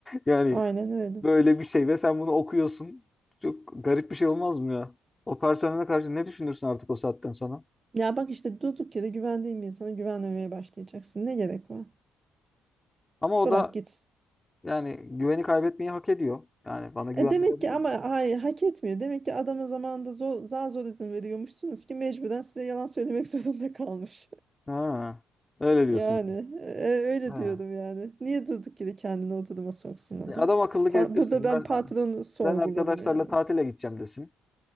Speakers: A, on the left; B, on the right.
A: Yani
B: aynen öyle.
A: böyle bir şey ve sen bunu okuyorsun. Çok garip bir şey olmaz mı ya? O personele karşı ne düşünürsün artık o saatten sonra?
B: Ya bak işte durduk yere güvendiğin bir insana güvenmemeye başlayacaksın. Ne gerek var?
A: Ama o
B: Bırak
A: da
B: gitsin.
A: yani güveni kaybetmeyi hak ediyor. Yani bana güven
B: E demek
A: verebilir
B: ki ama
A: mi?
B: hayır hak etmiyor. Demek ki adama zamanında zor, zar zor izin veriyormuşsunuz ki mecburen size yalan söylemek <laughs> zorunda kalmış.
A: Ha, öyle diyorsun.
B: Yani e, öyle
A: Ha.
B: diyorum yani. Niye durduk yere kendini o duruma soksun adam?
A: E, Adam akıllı getirsin.
B: Pa- Burada ben
A: Ben
B: patronu sorguladım
A: ben arkadaşlarla
B: yani.
A: tatile gideceğim desin.